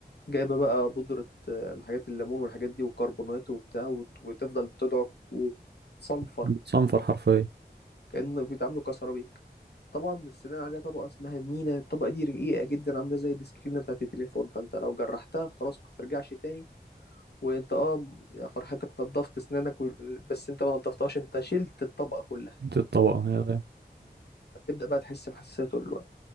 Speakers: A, on the left; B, on the right.
A: جايبة بقى بودرة آه، الحاجات الليمون والحاجات دي والكربونات وبتاع وت- وتفضل تدعك وتصنفر
B: بتصنفر حرفيا
A: كأنه بيتعاملوا كسيراميك طبعا السنان عليها طبقة اسمها المينا الطبقة دي رقيقة جدا عاملة زي السكرين بتاعت التليفون فأنت لو جرحتها خلاص ما ترجعش تاني وأنت اه يا فرحتك نضفت سنانك وال- بس أنت ما نضفتهاش أنت شلت الطبقة كلها
B: دي الطبقه هي
A: تبدأ بقى تحس بحساسية طول الوقت